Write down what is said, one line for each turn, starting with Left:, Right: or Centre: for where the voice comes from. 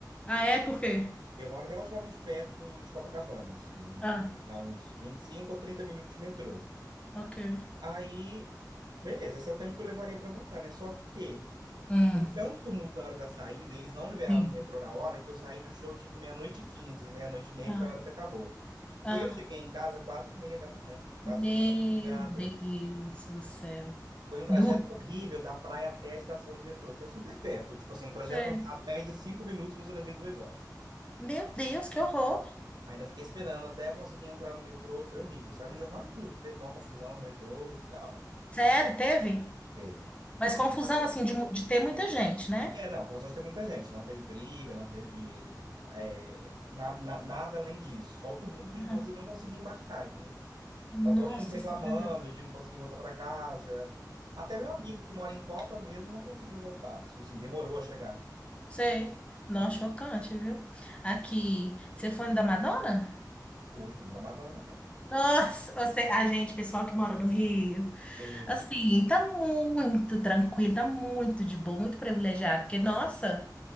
Left: Ah, é por quê?
Right: Eu moro relativamente perto de Copacabana, assim,
Left: Ah,
Right: dá uns 25 ou 30 minutos de metrô.
Left: ok.
Right: Aí, beleza, esse é o tempo que eu levaria para voltar, né? Só que
Left: Hum,
Right: teve tanto tumulto na hora da saída, eles não liberaram
Left: sim.
Right: o metrô na hora, que eu saí do show tipo meia-noite e 15, meia-noite e meia,
Left: Ah,
Right: que foi a hora que acabou.
Left: ah.
Right: Eu cheguei em casa quatro e meia da manhã, quatro
Left: Meu
Right: e meia da madrugada.
Left: Deus do céu.
Right: Foi um trajeto
Left: Nu.
Right: horrível da praia até a estação de metrô, que é super perto. Tipo assim, um trajeto
Left: Sei.
Right: a pé de cinco minutos, mas eu levei duas horas.
Left: Meu Deus, que horror.
Right: Ainda fiquei esperando até conseguir entrar no metrô, foi horrível. Saiu no jornal e tudo, que teve uma confusão no metrô e tal.
Left: Sério, teve?
Right: Teve.
Left: Mas
Right: Foi
Left: confusão
Right: muito bom.
Left: assim de, mu- de ter muita gente, né?
Right: É, não, confusões tem muita gente. Não teve briga, não teve é, na- na- nada além disso. Só o tumulto de
Left: Aham.
Right: você não conseguir embarcar, entendeu?
Left: Nossa
Right: Então, todo mundo reclamando
Left: Senhora.
Right: de não conseguir voltar para casa. Até meu amigo que mora em Copa mesmo não conseguiu voltar. Tipo Assim, demorou a chegar.
Left: Sei. Não, chocante, viu? Aqui, você foi no da Madonna?
Right: Fui, filme da Madonna também.
Left: Nossa, você, a gente, pessoal que mora no Rio,
Right: E,
Left: assim, tá muito tranquilo, tá muito de boa, muito privilegiado, porque, nossa,
Right: É,